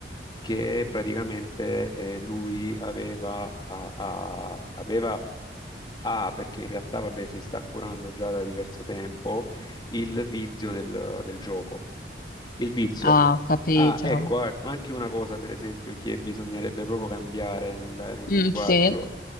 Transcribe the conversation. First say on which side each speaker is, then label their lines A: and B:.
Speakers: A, on the left; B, on the left.
A: che praticamente eh, lui aveva, a- a- aveva ha, perché in realtà, vabbè, si sta curando già da diverso tempo, il vizio del del gioco. Il vizio.
B: Ah, ho capito.
A: Ah, ecco, ah, anche una cosa, per esempio, che bisognerebbe proprio cambiare nel, nel
B: Mm,
A: linguaggio
B: sì,